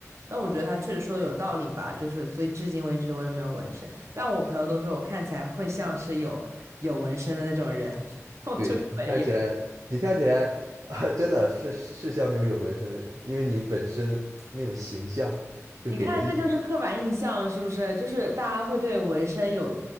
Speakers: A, on the right; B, on the right.
A: 但我觉得他确实说的有道理吧，就是所以至今为止我也没有纹身，但我朋友都说我看起来会像是有有纹身的那种人，<laughs> 我就是没有。
B: 对，你看起来，你看起来，<laughs> 啊，真的是是是像那种有纹身的人，因为你本身那种形象就给人一种。
A: 你看，这就是刻板印象，是不是？就是大家会对纹身有